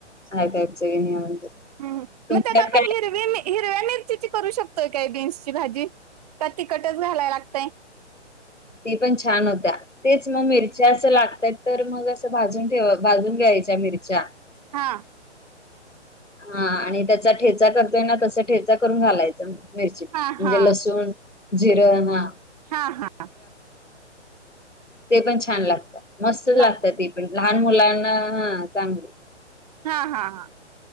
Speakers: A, on the left; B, on the right.
A: <unintelligible>
B: मग
A: तुमच्यात
B: त्यात आपण
A: काय
B: हिरवी मी ही रव्या मिरची करू शकतोय का बीन्सची भाजी का तिखटच घालाया लागतंय?
A: ती पण छान होत्या. तेच मग मिरच्या असं लागतात तर मग असं भाजून ठे भाजून घ्यायच्या मिरच्या.
B: हा.
A: हा आणि त्याचा ठेचा करतोय ना तस ठेचा करून घालायचं. मिरचीत
B: हां
A: म्हणजे
B: हां
A: लसूण जिरं हां
B: हा हा.
A: ते पण छान लागता, मस्त
B: लागते
A: लागतं ते पणं. लहान मुलांना हा चांगले.
B: हा हा हा.